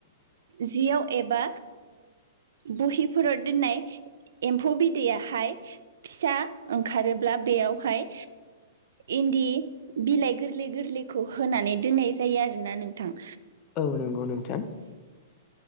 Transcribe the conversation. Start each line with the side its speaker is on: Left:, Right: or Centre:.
Right: जियाव एबा बहिफोराव दोननाय एम्फौ बिदैयाहाय फिसा ओंखारोब्ला बेयावहाय इन्दि बिलाइ गोरलै गोरलैखौ होनानै दोननाय जायो आरो ना नोंथाङा।
Left: औ नंगौ नोंथां।